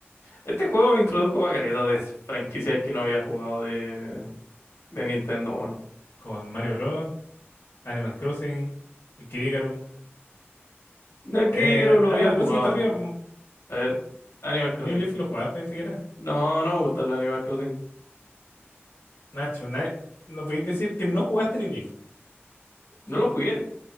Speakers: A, on the left (about 80°); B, on the left (about 65°).
A: este juego me introdujo a caleta de franquicias que no había jugado de, de Nintendo, weón.
B: con Mario Bros, Animal Crossing, Kid Icarus.
A: No es
B: Eh,
A: que yo lo
B: Animal
A: había jugado
B: Crossing está
A: antes.
B: arriba, po.
A: A ver, Animal Crossing.
B: New Leaf lo jugaste siquiera.
A: No, no me gustan los Animal Crossing.
B: Nacho, na- no podéis decir que no jugaste New Leaf.
A: No lo jugué.